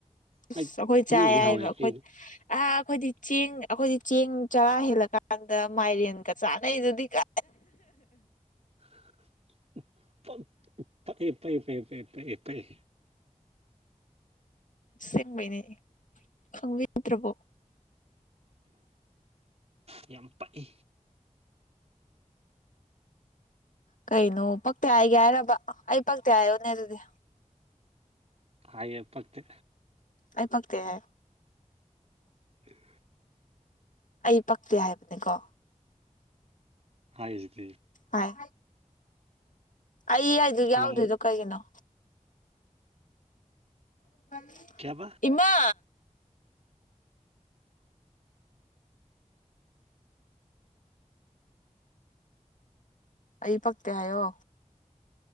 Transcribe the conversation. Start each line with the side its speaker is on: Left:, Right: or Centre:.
Right: ꯍꯥꯏꯗꯤ
Left: ꯏꯁ ꯑꯈꯣꯏ ꯆꯥꯏ
Right: ꯃꯤꯕꯨꯗꯤ
Left: ꯍꯥꯏꯕ
Right: ꯍꯥꯎꯋꯦ
Left: ꯑꯈꯣꯏ
Right: ꯑꯩꯗꯤ
Left: ꯑꯥ ꯑꯩꯈꯣꯏꯗꯤ ꯆꯦꯡ ꯑꯩꯈꯣꯏꯗꯤ ꯆꯦꯡ ꯆꯔꯥ ꯍꯦꯜꯂꯀꯥꯟꯗ ꯃꯥꯏꯔꯦꯟꯒ ꯆꯥꯅꯩꯗꯨꯗꯤ <inaudible>
Right: <unintelligible>
Left: ꯁꯦꯡꯕꯩꯅꯦ ꯈꯪꯕꯤꯗ꯭ꯔꯕꯣ
Right: ꯌꯥꯝ ꯄꯛꯏ
Left: ꯀꯩꯅꯣ ꯄꯛꯇꯦ ꯍꯥꯏꯒꯦ ꯍꯥꯏꯔꯕ ꯑꯩ ꯄꯛꯇꯦ ꯍꯥꯏꯌꯣꯅꯦ ꯑꯗꯨꯗꯤ
Right: ꯍꯥꯏꯒꯦ ꯄꯛꯇꯦ꯫
Left: ꯑꯩ ꯄꯛꯇꯦ ꯍꯥꯏꯌꯨ
Right: <inaudible>
Left: ꯑꯩ ꯄꯛꯇꯦ ꯍꯥꯏꯕꯅꯤꯀꯣ
Right: ꯍꯥꯏꯖꯤꯗꯤ
Left: ꯍꯥꯏ ꯑꯩ ꯍꯥꯏꯗꯣ ꯌꯥꯎꯗꯔ꯭ꯤꯗꯣ
Right: ꯂꯥꯜ
Left: ꯀꯩꯒꯤꯅꯣ <unintelligible>
Right: ꯀꯩꯑꯕ
Left: ꯏꯃꯥ ꯑꯩ ꯄꯛꯇꯦ ꯍꯥꯏꯌꯣ